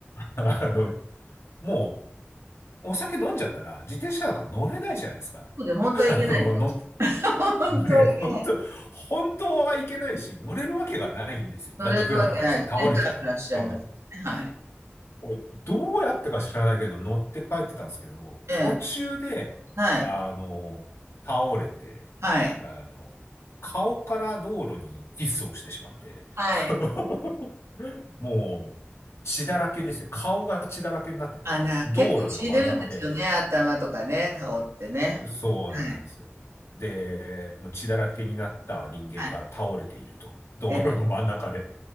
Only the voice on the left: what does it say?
あの、もう、お酒飲んじゃったら、自転車なんか乗れないじゃないですか。
<laughs> あの、
<laughs> ね、本当、本当はいけないし、乗れるわけがないんですよ。
だってフラフラして倒れちゃう。
うん、
おいどうやってか知らないけど、乗って帰ってたんですけど、
途中で、
あの、倒れて、
あの、顔から道路にキスをしてしまって、
<laughs> もう、血だらけですよ。顔が血だらけになってて、
道路の真ん中で、
そうなんですよ。
で、もう血だらけになった人間が倒れていると。
道路の真ん中で